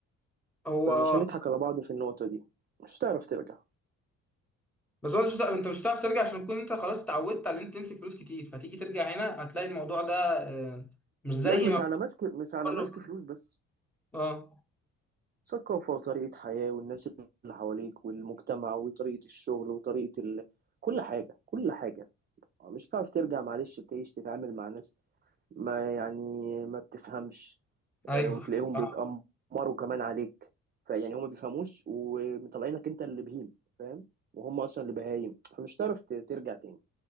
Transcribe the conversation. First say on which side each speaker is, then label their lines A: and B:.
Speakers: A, in the centre; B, on the right.
A: هو
B: فمش هنضحك على بعض في النقطة دي مش هتعرف ترجع
A: بس هو مش هتع- انت مش هتعرف ترجع عشان تكون انت خلاص اتعودت على ان انت تمسك فلوس كتير فهتيجي ترجع هنا هتلاقي الموضوع ده آه، مش زي
B: لا مش
A: ما
B: على ماسك مش على
A: بتقرب
B: ماسك فلوس بس
A: اه
B: ثقافة وطريقة حياة والناس اللي حواليك والمجتمع وطريقة الشغل وطريقة ال... كل حاجة كل حاجة آه، مش هتعرف ترجع معلش تعيش تتعامل مع ناس ما يعني ما بتفهمش
A: ايوه
B: آه، وتلاقيهم
A: <laughs> صح.
B: بيتأمروا كمان عليك فيعني هم ما بيفهموش ومطلعينك انت اللي بهيم فاهم وهم اصلا اللي بهايم فمش هتعرف ت- ترجع تاني